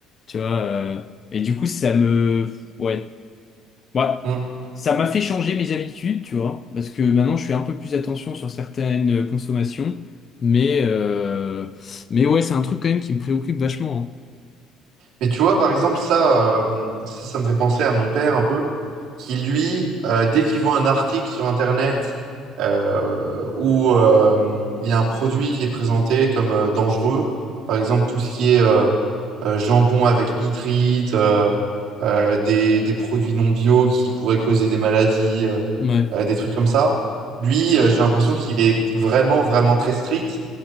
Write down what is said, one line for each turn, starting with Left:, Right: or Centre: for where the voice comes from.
Left: tu vois. euh, et du coup, ça me, ouais, ouais,
Right: Hum.
Left: ça m'a fait changer mes habitudes, tu vois, parce que maintenant je fais un peu plus attention sur certaines euh, consommations, mais euh, mais ouais, c'est un truc quand même qui me préoccupe vachement. hein.
Right: Mais tu vois, par exemple, ça, euh, ça, ça me fait penser à mon père un peu, qui lui, euh, dès qu'il voit un article sur Internet euh, où euh, il y a un produit qui est présenté comme euh, dangereux, par exemple tout ce qui est euh, euh, jambon avec nitrite, euh, euh, des, des produits non bio qui pourraient causer des maladies, euh,
Left: Ouais.
Right: euh, des trucs comme ça, lui, euh, j'ai l'impression qu'il est vraiment, vraiment très strict.